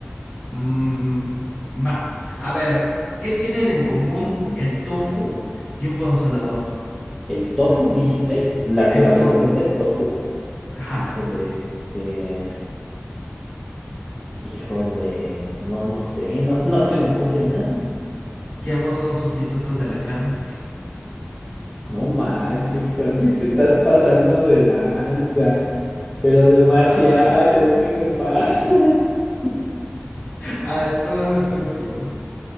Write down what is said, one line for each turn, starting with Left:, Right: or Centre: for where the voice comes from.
Left: Mm, va. A ver, ¿qué tienen en común el tofu y un consolador?
Centre: ¿El tofu, dijiste? ¿La,
Left: El
Centre: la,
Left: tofu.
Centre: la comida del tofu?
Left: Ajá.
Centre: Híjole, este... Híjole, no, no sé, no, no se me ocurre nada.
Left: Que ambos son sustitutos de la carne.
Centre: No manches, Juan, si te estás pasando de lanza, pero demasiado,
Left: Ay.
Centre: ¿qué te pasa? <laughs>
Left: A ver, tú dame tu último.